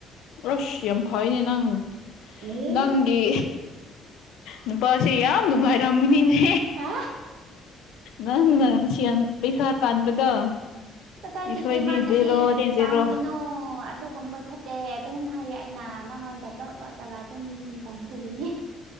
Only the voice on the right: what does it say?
ꯑꯦ
ꯍꯥ
ꯀꯗꯥꯏꯇꯒꯤ
ꯃꯥꯅꯗꯤ
ꯇꯥꯟꯒꯅꯣ ꯑꯗꯨꯒꯨꯝꯕ ꯐꯠ ꯇꯦ ꯑꯗꯨꯝ ꯍꯥꯏꯌꯦ ꯑꯩꯅ ꯃꯉꯣꯟꯗ ꯂꯣꯠ ꯂꯣꯠꯂꯒ ꯑꯗꯨꯝ ꯇꯝꯗꯨꯒꯤꯅꯦ